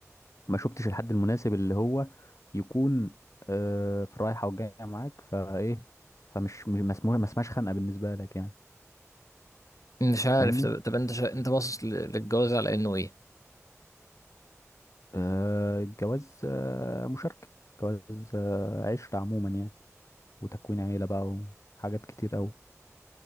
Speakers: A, on the left; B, on the left.
A: ما شفتش الحد المناسب اللي هو يكون آه، في الرايحة والجاية معاك فايه فمش م- ما اسمه- ما اسمهاش خنقة بالنسبة لك يعني
B: مش
A: انت
B: عارف
A: فاهمني
B: طب, طب انت شا... انت باصص ل- للجواز على انه ايه
A: آه، الجواز آه، مشاركة جواز آه، عشرة عموما يعني وتكوين عيلة بقى وحاجات كتير أوي